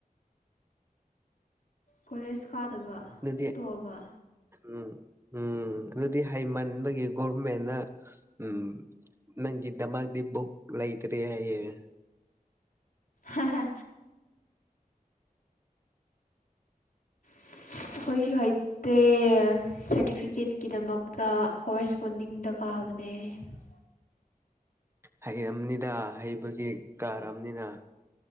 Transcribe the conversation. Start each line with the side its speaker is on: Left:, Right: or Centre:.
Left: ꯀꯣꯂꯦꯖ ꯀꯥꯗꯕ
Right: ꯑꯗꯨꯗꯤ
Left: ꯇꯣꯛꯑꯕ
Right: ꯎꯝ ꯎꯝ ꯑꯗꯨꯗꯤ ꯍꯩꯃꯟꯕꯒꯤ ꯒꯣꯔꯚꯔꯃꯦꯟꯅ ꯎꯝ ꯅꯪꯒꯤ ꯗꯃꯗꯤꯕꯨꯛ ꯂꯏꯇ꯭ꯔ‌ꯦ ꯍꯥꯏꯌ‌ꯦ
Left: ꯍ ꯍ <unintelligible> ꯑꯩꯈꯣꯏꯁꯨ ꯍꯩꯇꯦ ꯁꯥꯔꯇꯤꯐꯤꯀꯦꯠꯀꯤ ꯗꯃꯛꯇ ꯀꯣꯔꯦꯁꯄꯣꯟꯗꯤꯡꯗ ꯀꯥꯕꯅꯦ ꯅ‌ꯦ
Right: ꯍꯩꯔꯝꯅꯤꯗ ꯍꯩꯕꯒꯤ ꯀꯥꯝꯔꯃꯤꯅ